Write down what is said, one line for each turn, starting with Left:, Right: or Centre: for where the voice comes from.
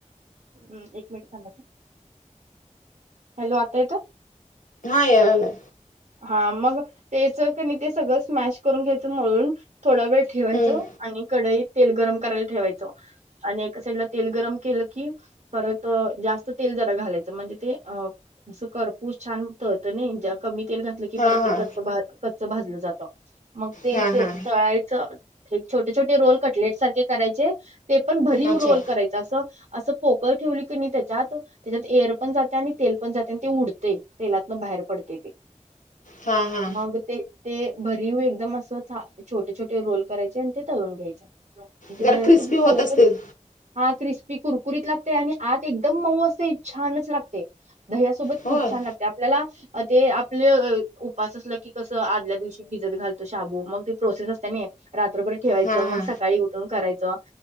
Right: हम् एक मिनिटथां हॅलो आता येतं.
Left: हा याला.
Right: हा मग त्याच क नाही ते सगळं स्मॅश करून घ्यायचं म्हळून थोडा वेळ ठेवायचो
Left: हम्म.
Right: आणि कडईत तेल गरम करायला ठेवायचो. आणि एका साइडला तेल गरम केलं की परत जास्त तेल जरा घालायचं म्हणजे ते अ. असं करपूस छान होत नाही ज्या कमी तेल घातलं की
Left: हा
Right: परत ते
Left: हा
Right: क कच्च भाजलं जातं मग ते
Left: हा
Right: ते
Left: हा
Right: तळायचं. एक छोटे छोटे रोल कटलेट सारखे करायचे ते पण भरीव
Left: अच्छा
Right: रोल करायचे. असं पोकळ ठेवली की नाही त्याच्यात त्याच्यात एर पण जाते आणि तेल पण जाते आणि तेी उडते. ते तेलातन बाहेर पडते ते
Left: हा हा.
Right: म ते ते भरीव एकदम अस छोटे छोटे रोल करायचे आणि ते तळून घ्यायचे. म्हणजे
Left: जरा
Right: दया्यासोबत
Left: क्रिस्पी होत
Right: खाला
Left: असतील
Right: तर हा क्रिस्पी कुरकुरीत लागते आणि आत एकदम मऊ असते छानच लागते दह.
Left: होय
Right: खूप छान लाते आपल्याला आपले उपास असला की कसं आदल्या दिवशी भिजत घालतो शाबू मग त प्रोसेस असतते ना. रात्रभर ठेवायचं
Left: हा हा
Right: मग सकाळी उठून करायचं